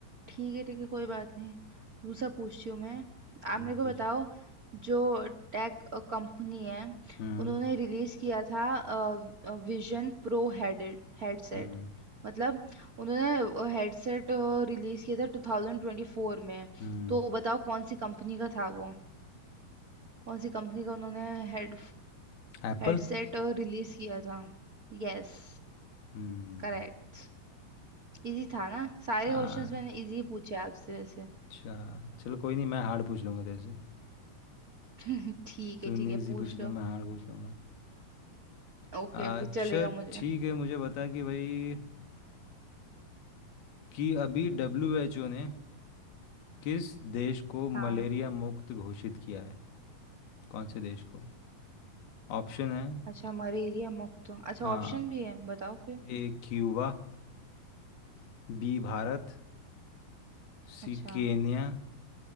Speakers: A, on the right (about 55°); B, on the left (about 80°).
A: ठीक है ठीक है कोई बात नहीं दूसरा पूछती हूँ मैं आप
B: हम्म,
A: मेरे को
B: पूछ
A: बताओ जो टेक कंपनी है
B: हम्म
A: उन्होंने रिलीज किया था विजन प्रो हेडेड हेडसेट
B: हम्म
A: मतलब उन्होंने हेडसेट रिलीज किया था 2024 में
B: हम्म
A: तो बताओ कौन सी कंपनी का था वो कौन सी कंपनी का उन्होंने हेड
B: एप्पल
A: हेडसेट रिलीज किया था Yes
B: हम्म
A: correct इजी था ना सारे
B: आ,
A: क्वेश्चंस मैंने इजी पूछे आपसे वैसे
B: अच्छा चलो कोई नहीं मैं हार्ड पूछ लूँगा तेरे से
A: <laughs> ठीक
B: तूने
A: है ठीक है
B: इजी
A: पूछ
B: पूछी तो
A: लो
B: मैं हार्ड पूछ लूँगा
A: ओके
B: अच्छा
A: ओके चलेगा मुझे
B: ठीक है मुझे बता कि भाई कि अभी डब्ल्यू एच ओ ने किस देश को मलेरिया
A: हाँ
B: मुक्त घोषित किया है कौन से देश को ऑप्शन है
A: अच्छा मलेरिया मुक्त अच्छा
B: आ,
A: ऑप्शन भी है बताओ फिर
B: A Cuba B Bharat C
A: अच्छा
B: Kenya